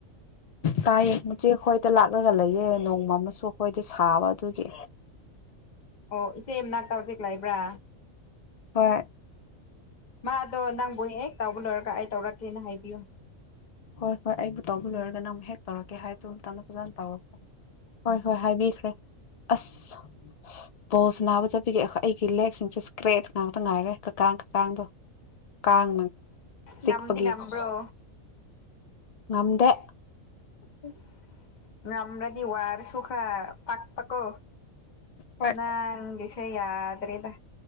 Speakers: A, on the left (about 65°); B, on the left (about 35°).
A: ꯇꯥꯌꯦ ꯃꯆꯦ ꯑꯩꯈꯣꯏꯗ ꯂꯥꯛꯂꯒ ꯂꯩꯌꯦ ꯅꯣꯡꯃ ꯑꯃꯁꯨ ꯑꯩꯈꯣꯏꯗ ꯁꯥꯕ ꯑꯗꯨꯒꯤ
B: ꯑꯣ ꯏꯆꯦ ꯃꯅꯥꯛꯇ ꯍꯧꯖꯤꯛ ꯂꯩꯕ꯭ꯔꯥ
A: ꯍꯣꯏ
B: ꯃꯥꯗꯣ ꯅꯪꯕꯣ ꯍꯦꯛ ꯇꯥꯎꯕ ꯂꯣꯏꯔꯒ ꯑꯩ ꯇꯧꯔꯛꯀꯦꯅ ꯍꯥꯏꯕꯤꯌꯨ
A: ꯍꯣꯏ ꯍꯣꯏ ꯑꯩꯕꯨ ꯇꯧꯕ ꯂꯣꯏꯔꯒ ꯅꯪꯕꯨ ꯍꯦꯛ ꯇꯧꯔꯛꯀꯦ ꯍꯥꯏꯗꯨꯝꯇꯅ ꯐꯖꯅ ꯇꯧꯔꯛꯄꯣ ꯍꯣꯏ ꯍꯣꯏ ꯍꯥꯏꯕꯤꯈ꯭ꯔꯦ ꯑꯁ ꯕꯣꯜꯁꯅꯥꯕ ꯆꯠꯄꯤꯒꯦ ꯈꯣꯏ ꯑꯩꯒꯤ ꯂꯦꯒꯁꯤꯡꯁꯦ ꯏꯁꯀ꯭ꯔꯦꯠꯆ ꯉꯥꯛꯇ ꯉꯥꯏꯔꯦ ꯀꯀꯥ ꯀꯀꯥꯡꯗꯣ ꯀꯥꯡꯅ ꯆꯤꯛꯄꯒꯤ
B: ꯉꯝꯗꯤ ꯉꯝꯕ꯭ꯔꯣ
A: ꯈꯣ ꯉꯝꯗꯦ
B: ꯑꯁ ꯉꯔꯗꯤ ꯋꯥꯔꯁꯨꯈꯥ ꯄꯥꯛ ꯄꯀꯣ
A: ꯍꯣꯏ
B: ꯅꯥꯡꯒꯤꯁꯦ ꯌꯥꯗ꯭ꯔꯦꯗ